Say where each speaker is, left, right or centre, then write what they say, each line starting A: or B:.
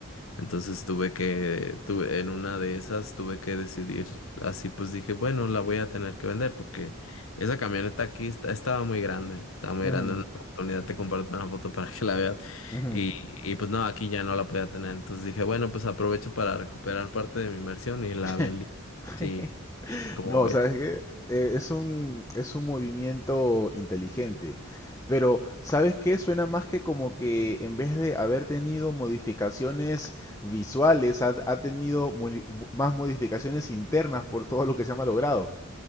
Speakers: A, on the left; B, on the left.
A: Entonces tuve que, tuve, en una de esas tuve que decidir, así pues dije, bueno, la voy a tener que vender porque esa camioneta aquí está- estaba muy grande, estaba muy
B: ujú,
A: grande, en una oportunidad te comparto una foto para que la veas
B: ujú.
A: y, y pues no, aquí ya no la podía tener. Entonces dije, bueno, pues aprovecho para recuperar parte de mi inversión y la
B: <laughs>
A: vendí.
B: <laughs>
A: Sí, como
B: No,
A: ves.
B: ¿sabes qué? Eh, es un, es un movimiento inteligente. Pero, ¿sabes qué? Suena más que como que en vez de haber tenido modificaciones visuales, ha, ha tenido moli- mo- más modificaciones internas por todo lo que se ha malogrado.